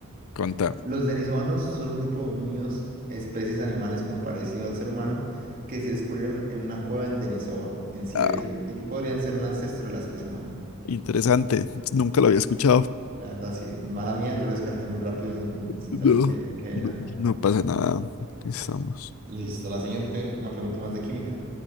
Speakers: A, on the left (about 70°); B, on the right (about 40°).
A: contame.
B: <laughs> Los denisovanos son un grupo de dominios, especies animales con parecido al ser humano, que se descubrieron en una cueva en Denisova, en Siberia,
A: Ah,
B: y que podrían ser un ancestro de la especie humana.
A: interesante. Nunca lo había escuchado.
B: La verdad, sí, mala mía, yo lo descarté muy rápido sin, sin
A: No,
B: saber qué, qué
A: no,
B: era.
A: no pasa nada. Aquí Estamos.
B: Listo, la siguiente, una pregunta más de química.